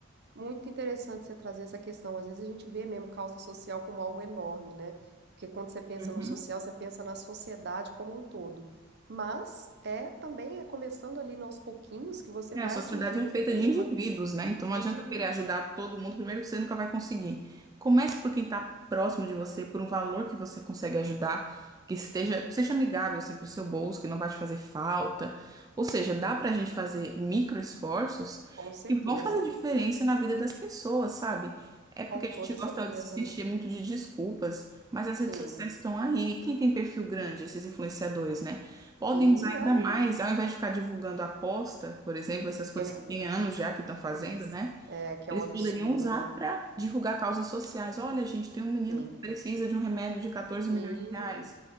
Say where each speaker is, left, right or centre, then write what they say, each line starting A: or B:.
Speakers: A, on the right; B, on the right.
A: Muito interessante você trazer essa questão. Às vezes a gente vê mesmo causa social como algo enorme, né? Porque quando você pensa
B: Uhum.
A: no social, você pensa na sociedade como um todo. Mas é também é começando ali aos pouquinhos que você
B: É,
A: vai
B: a sociedade
A: atingir,
B: é
A: de
B: feita
A: repente,
B: de indivíduos,
A: uma
B: né? Então não
A: de
B: adianta
A: indivíduos.
B: eu querer ajudar todo mundo, primeiro que você nunca vai conseguir. Comece por quem está próximo de você, por um valor que você consegue ajudar, que esteja, seja amigável assim, para o seu bolso, que não vai te fazer falta. Ou seja, dá para a gente fazer micro esforços
A: Com certeza.
B: que vão fazer diferença na vida das pessoas, sabe? É
A: Com
B: porque a
A: toda
B: gente gosta
A: certeza,
B: de se
A: amiga.
B: encher muito de desculpas, mas as redes
A: Sim.
B: sociais estão aí. Quem tem perfil grande, esses influenciadores, né? Podem
A: Sim,
B: usar
A: ai,
B: ainda mais, ao invés de ficar divulgando aposta, por exemplo, essas coisas
A: é,
B: que tem anos já que estão fazendo,
A: que a gente,
B: né?
A: é, que
B: Eles
A: é um absurdo,
B: poderiam usar
A: né?
B: para divulgar causas sociais. Olha, gente, tem um menino
A: Sim.
B: que precisa de um remédio de 14
A: Sim.
B: milhões de reais.